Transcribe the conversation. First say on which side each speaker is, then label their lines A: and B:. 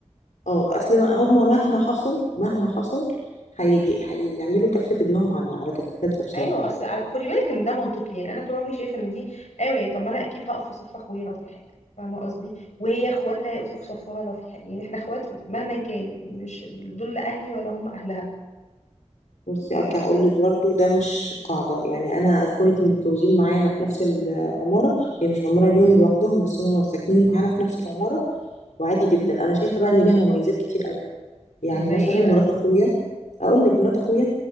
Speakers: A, on the left; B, on the left.
A: اه اصل ما- هم مهما حصل مهما حصل هي... هيعملوا كفه ابنهم على على كفتها بصراحه
B: ايوه اصل ع- خدي بالك ان ده منطقي يعني انا طول عمري شايفه ان دي ايوه طب ما انا اكيد هقف في صف اخويا لو في حاجه فاهمه قصدي وهي اخواتها هيقفوا في صفها لو في حاجه يعني احنا اخوات مهما كان مش دول لا اهلي ولا هم اهلها
A: بصي ارجع اقول لك برضه ده مش قاعده يعني انا اخواتي متجوزين معانا في نفس العماره هي مش عماره ليهم لوحدهم بس هم ساكنين معانا في نفس العماره وعادي جدا
B: امم
A: انا شايفه بقى ان ليها مميزات كتير قوي يعني
B: زي
A: مثلا
B: ايه بقى
A: مرات اخويا اقول لك مرات اخويا